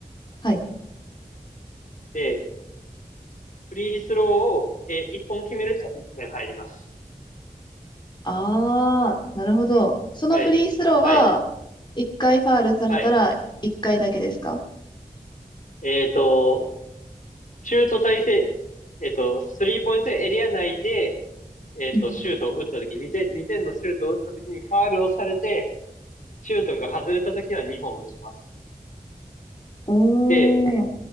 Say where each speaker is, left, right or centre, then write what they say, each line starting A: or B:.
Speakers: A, on the left (about 30°); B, on the left (about 60°).
A: はい。
B: で、フリースローを、えー、1本決めると1点入ります。
A: あー、なるほど。そのフリースローは、
B: はい。はい。
A: 1回ファールされたら1回だけですか
B: はい。えっと、シュート体制、えっと、スリーポイントエリア内で、えっと、
A: うん。
B: シュートを打った時、2点、2点のシュートを打った時にファールをされて、シュートが外れた時は2本打ちます。
A: お
B: で、
A: ー。